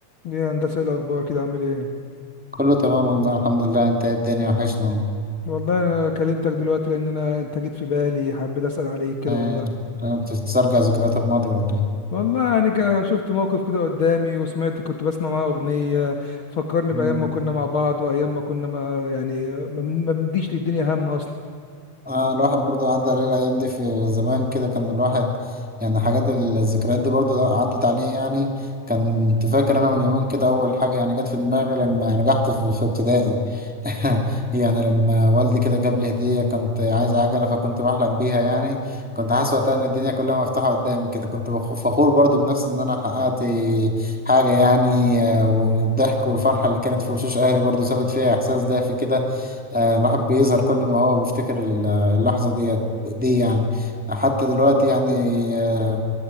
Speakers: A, on the left (about 50°); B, in the centre.
A: يا هندسة إيه الأخبار كده عامل إيه؟
B: كله تمام والله الحمد لله انت ايه الدنيا وحشنا والله.
A: والله أنا كلمتك دلوقتي لأن أنا أنت جيت في بالي حبيت أسأل عليك كده
B: آه،
A: والله
B: بتسترجع ذكريات الماضي ولا ايه؟
A: والله يعني كا- شفت موقف كده قدامي وسمعت كنت بسمع معاه أغنية فكرني
B: مم.
A: بأيام ما كنا مع بعض وأيام ما كنا ما يعني ما بن- ما بنديش للدنيا هم أصلا
B: آه الواحد برضه عدى عليه الأيام دي في زمان كده كان الواحد يعني حاجات الذكريات دي برضه عدت عليه يعني كنت فاكر أنا من يومين كده أول حاجة يعني جت في دماغي لما نجحت في, في ابتدائي <laughs> يعني لما والدي كده جاب لي هدية كنت عايز عجلة فكنت بحلم بيها يعني كنت حاسس وقتها إن الدنيا كلها مفتوحة قدامي كده كنت بخ- فخور برضه بنفسي إن أنا حققت حاجة يعني آه، والضحك والفرحة اللي كانت في وشوش أهلي برضه سابت فيها إحساس دافي كده آه، الواحد بيظهر كل ما هو بيفتكر ال- اللحظة دي دي يعني حتى دلوقتي يعني آه،